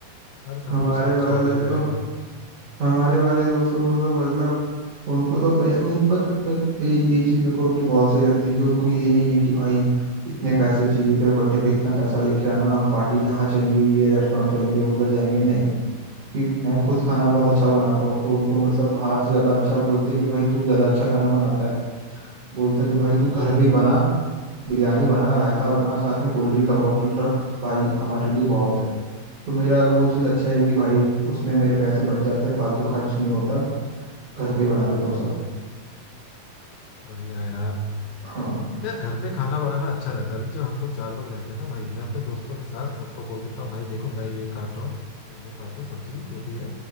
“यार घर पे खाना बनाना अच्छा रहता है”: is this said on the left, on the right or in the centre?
Left